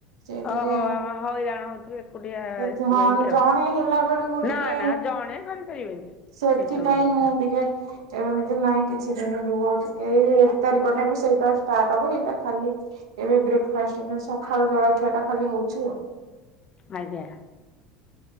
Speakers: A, on the right; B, on the left.
A: ସେ ଟିକେ
B: ଓହୋ ହଇରାଣ ହେଉଥିବେ ଏକୁଟିଆ
A: ସେ
B: ଏଥିପାଇଁକି
A: ହଁ ଜଣେ
B: ଆଉ
A: ହେଲା ବେଳକୁ
B: ନା
A: ଟିକେ।
B: ନା ଜଣେ କରିପାରିବେନି
A: ସେଥିପାଇଁ
B: ଏସବୁ ଜିନିଷ
A: ମୁଁ ଟିକେ ଏବେ ଏମିତି ନାଇଁ କିଛି ଦିନ ରୁହ ଟିକେ ଏଇ ଏକ ତାରିଖ ଠାରୁ ସେଇଟା ଷ୍ଟାର୍ଟ ହବ ଏଇଟା ଖାଲି ଏବେ ବ୍ରେକଫାଷ୍ଟ ସକାଳ ଜଳାଖିଆ ଟା ଖାଲି ହଉଛି ଆଉ।
B: ଆଜ୍ଞା।